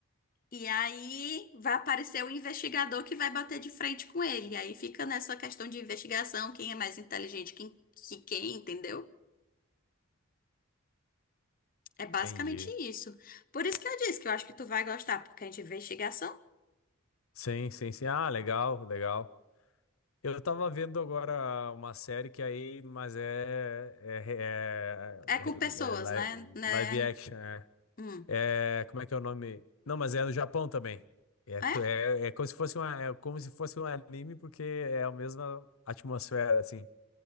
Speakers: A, on the left; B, on the left.
A: E aí vai aparecer o investigador que vai bater de frente com ele. E aí fica nessa questão de investigação, quem é mais inteligente quem, que quem, entendeu? É basicamente
B: entendi.
A: isso. Por isso que eu disse que eu acho que tu vai gostar, porque é de investigação.
B: Sim, sim, sim. Ah, legal, legal. Eu tava vendo agora uma série que é aí, mas é, é,
A: É com
B: é-
A: pessoas,
B: é
A: né?
B: li-
A: né?
B: live action, é.
A: Hum.
B: É, como é que é o nome? Não, mas é do Japão também. É,
A: É?
B: tu- é, é como se fosse uma, é como se fosse um anime, porque é a mesma atmosfera, assim.